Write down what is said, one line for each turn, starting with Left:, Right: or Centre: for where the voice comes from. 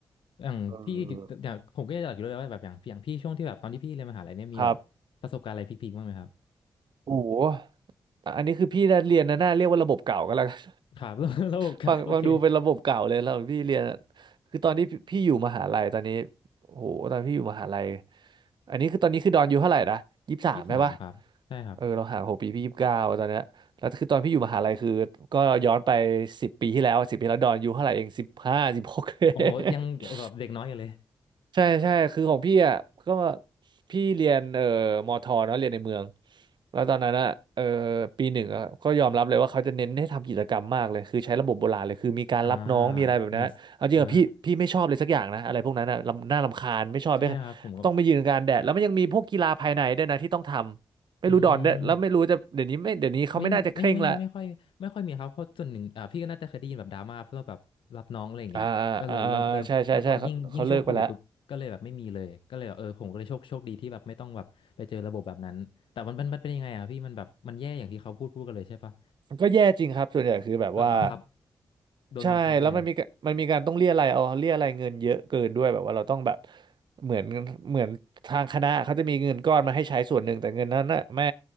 Left: อย่างพี่อย่างผมก็อยากรู้เลยว่าแบบอย่างอย่างพี่ช่วงที่แบบตอนที่พี่เรียนมหาลัยเนี่ยมีแบบประสบการณ์อะไรพีคๆบ้างไหมครับ
Right: เออครับโอ้โห อ่ะอันนี้คือพี่เรียนนะน่าเรียกว่าระบบเก่าก็แล้วกัน
Left: ครับ <laughs> ระบบการโอเค
Right: <laughs> ฟังฟังดูเป็นระบบเก่าเลยแล้วพี่เรียนอะคือตอนที่พี่พี่อยู่มหาลัยตอนนี้โอ้โหตอนพี่อยู่มหาลัยอันนี้คือตอนนี้คือดอนอายู่เท่าไหร่นะยี่สิบสามใช่ปะ
Left: ยี่สิบสามครับใช่ครับ
Right: เออเราห่างหกปีพี่ยี่สิบเก้าตอนเนี้ยแล้วคือตอนพี่อยู่มหาลัยคือก็ย้อนไปสิบปีที่แล้วสิบปีแล้วดอนอายู่เท่าไหร่เองสิบห้าสิบหก
Left: โอ้โหยังแบบเด็กน้อยอยู่เลย
Right: <laughs> ใช่ใช่คือของพี่อ่ะก็พี่เรียนเอ่อมอทอเนาะเรียนในเมืองแล้วตอนนั้นอ่ะเอ่อปีหนึ่งอะก็ยอมรับเลยว่าเขาจะเน้นให้ทำกิจกรรมมากเลยคือใช้ระบบโบราณเลยคือมีการรับน้องมีอะไรแบบนั้นเอาจริงอะพี่พี่ไม่ชอบเลยสักอย่างนะอะไรพวกนั้นอ่ะรำน่ารำคาญไม่ชอบไม่
Left: อ่ามีสอ่าใช่ครับผมก็
Right: ต้องไปยืนกลางแดดแล้วมันยังมีพวกกีฬาภายในด้วยนะที่ต้องทำไม่รู้ดอนด้วยแล้วไม่รู้จะเดี๋ยวนี้ไม่เดี๋ยวนี้เขาไม่น่าจะเคร่งละ
Left: อืมไม่ไม่ไม่ไม่ไม่ค่อยไม่ค่อยมีครับเพราะส่วนหนึ่งอ่าพี่ก็น่าจะเคยได้ยินแบบดราม่าเพื่อแบบรับน้องอะไรอย่างเงี้ยก็เลยเริ่มเริ่มแล้วพอยิ่งยิ่งช่วงโควิดปุ๊บก็เลยแบบไม่มีเลยก็เลยแบบเออผมก็เลยโชคโชคดีที่แบบไม่ต้องแบบไปเจอระบบแบบนั้นแต่มันมันมันเป็นยังไงอ่ะพี่มันแบบมันแย่อย่างที่เขาพูดพูดกันเลยใช่ปะ
Right: อ่าอ่าอ่าอ่าใช่ใช่ใช่เขาเขาเลิกไปแล้ว ก็แย่จริงครับส่วนใหญ่คือแบบว่า
Left: แบบบังคับโดนบังคับเลยอะ
Right: ใช่แล้วมันมีกะมันมีการต้องเรียอะไรยเอาเรียอะไรยเงินเยอะเกินด้วยแบบว่าเราต้องแบบเหมือนเหมือนทางคณะเขาจะมีเงินก้อนมาให้ใช้ส่วนหนึ่งแต่เงินนั้นน่ะแม่